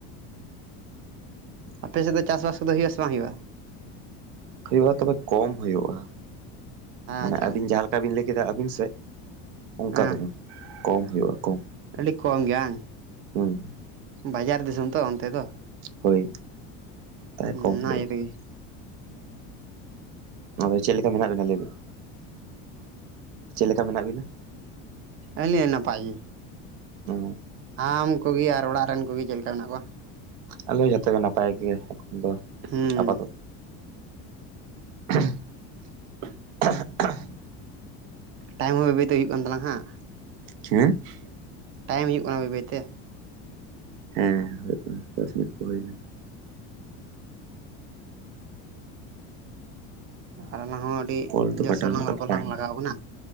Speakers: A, on the right; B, on the right.
A: ᱟᱯᱮ ᱥᱮᱫ ᱫᱚ ᱪᱟᱥᱵᱟᱥ ᱠᱚ ᱫᱚ ᱦᱩᱭᱩᱜᱼᱟ ᱥᱮ ᱵᱟᱝ ᱦᱩᱭᱩᱜᱼᱟ?
B: ᱦᱳᱭᱳᱜᱼᱟ, ᱛᱚᱵᱮ ᱠᱚᱢ ᱦᱳᱭᱳᱜᱼᱟ᱾ ᱢᱟᱱᱮ
A: ᱟᱪᱪᱷᱟ
B: ᱟᱵᱤᱱ ᱡᱟᱦᱟᱸ ᱞᱮᱠ ᱠᱟ ᱵᱤᱱ ᱞᱟᱹᱭ ᱠᱮᱫᱟ ᱟᱹᱵᱤᱱ ᱥᱮᱜ ᱚᱝᱠᱟ
A: ᱦᱮᱸ
B: ᱫᱚ ᱵᱟᱝ, ᱠᱚᱢ ᱦᱳᱭᱳᱜᱼᱟ ᱠᱚᱢ᱾
A: ᱟᱹᱰᱤ ᱠᱚᱢ ᱜᱮ ᱦᱟᱝ᱾
B: ᱦᱩᱸ
A: ᱵᱟᱡᱟᱨ ᱫᱤᱥᱚᱢ ᱛᱚ ᱚᱱᱛᱮ ᱫᱚ᱾
B: ᱦᱳᱭ ᱛᱟᱭ
A: ᱚᱱᱟ
B: ᱠᱚᱢ ᱦᱳᱭᱳᱜᱼᱟ᱾
A: ᱤᱭᱟᱹ ᱛᱮᱜᱮ
B: ᱟᱫᱚ ᱪᱮᱫ ᱞᱮᱠᱟ ᱢᱮᱱᱟᱜ ᱵᱤᱱᱟ ᱞᱟᱹᱭ ᱵᱤᱱ? ᱪᱮᱫ ᱞᱮᱠᱟ ᱢᱮᱱᱟᱜ ᱵᱤᱱᱟ?
A: ᱮ ᱤᱭᱟᱹ ᱱᱟᱯᱟᱭ ᱜᱮ᱾
B: ᱚ
A: ᱟᱢ ᱠᱚᱜᱮ ᱟᱨ ᱚᱲᱟᱜ ᱨᱮᱱ ᱠᱚᱜᱮ ᱪᱮᱜ ᱞᱮᱠᱟ ᱢᱮᱱᱟᱜ ᱠᱚᱣᱟ?
B: ᱟᱞᱮ ᱡᱷᱚᱛᱚ ᱜᱮ ᱱᱟᱯᱟᱭ ᱜᱮ, ᱮᱠᱷᱚᱱ ᱫᱚ
A: ᱦᱮᱸ
B: ᱟᱯᱟᱛᱚ <inaudible>
A: ᱴᱟᱭᱤᱢ ᱦᱚᱸᱵᱟᱹᱭ ᱵᱟ. ᱭ ᱛᱮ ᱦᱩᱭᱩᱜ ᱠᱟᱱ ᱛᱞᱟᱝ ᱦᱟᱜ᱾
B: <unintelligible>
A: ᱴᱟᱭᱤᱢ ᱦᱩᱭᱩᱜ ᱠᱟᱱᱟ ᱵᱟᱹᱭ ᱵᱟᱹᱭ ᱛᱮ᱾
B: ᱦᱮᱸ ᱦᱳᱭᱳᱜ ᱠᱟᱱᱟ ᱫᱚᱥ ᱢᱤᱱᱤᱴ ᱫᱚ ᱦᱳᱭᱱᱟ᱾
A: ᱟᱨ ᱟᱞᱟᱝ ᱦᱚᱸ ᱟᱹᱰᱤ
B: ᱠᱚᱞ ᱫᱚ
A: ᱡᱳᱨ
B: ᱠᱟᱴᱟᱣ
A: ᱥᱳᱨ ᱞᱟᱝ
B: ᱨᱮᱱᱟᱜ
A: ᱜᱚᱞᱯᱚ
B: ᱠᱟᱛᱷᱟ
A: ᱞᱟᱝ
B: ᱛᱟᱦᱮᱸ
A: ᱞᱟᱜᱟᱣ
B: ᱞᱮᱱᱟ
A: ᱠᱟᱱᱟ᱾